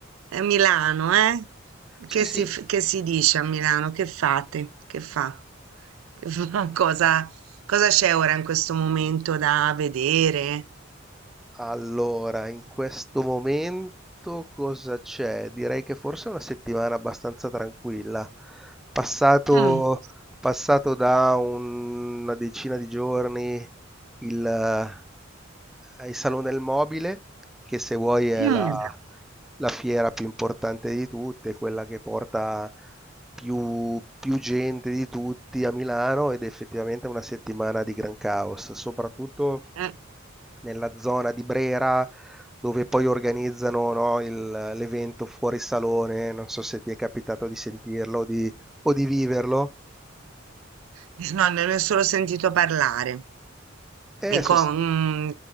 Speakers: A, on the right; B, in the centre.
A: è Milano, eh?
B: Sì,
A: Che
B: sì,
A: si, f- che si dice a Milano? Che fate? Che fa? Che fa? <laughs> Cosa, cosa c'è ora in questo momento da vedere?
B: Allora, in questo momento cosa c'è? Direi che forse è una settimana abbastanza tranquilla. Passato,
A: Mm,
B: passato da un- una decina di giorni il, eh, il Salone del Mobile, che se vuoi è
A: mm,
B: la, la fiera più importante di tutte, quella che porta più, più gente di tutti a Milano ed effettivamente è una settimana di gran caos, soprattutto
A: eh,
B: nella zona di Brera dove poi organizzano, no, il- l'evento fuori salone, non so se ti è capitato di sentirlo o di, o di viverlo.
A: di- No, ne ne ho solo sentito parlare.
B: Eh,
A: E
B: sos-
A: con... mm,